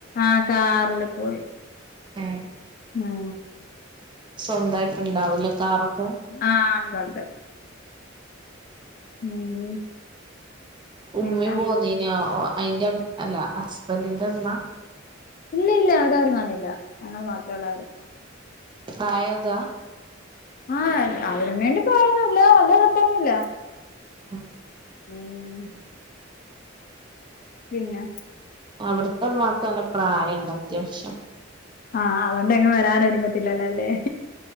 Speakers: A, on the left; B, on the right.
A: ആകാറില് പോയി
B: ഏ
A: മ്മ്
B: സ്വന്തായിട്ട്ണ്ടാവൂല കാറൊക്കെ
A: ആഹ് ഉണ്ടുണ്ട് ഉം
B: ഉമ്മയും
A: പിന്നെ
B: പോന്നിനോ അയിൻ്റെ അല്ല ഹസ്ബൻറിന്റെമ്മ
A: ഇല്ല ഇല്ല അവരാര് വന്നില്ല ഞങ്ങൾ മാത്രേ ഉള്ള ആരും
B: പ്രായതാ
A: ആഹഅതിനന് വേണ്ടി പോയന്നില്ല വല്ല എളപ്പൊന്നുല്ല
B: ഉം
A: ഉം പിന്നെ
B: അവിടത്തെമാക്ക് നല്ല പ്രായണ്ട് അത്യാവശ്യം
A: ആ അതുകൊണ്ട്ങ്ങും വരാന ഒരുങ്ങത്തില്ലല്ലോ അല്ലേ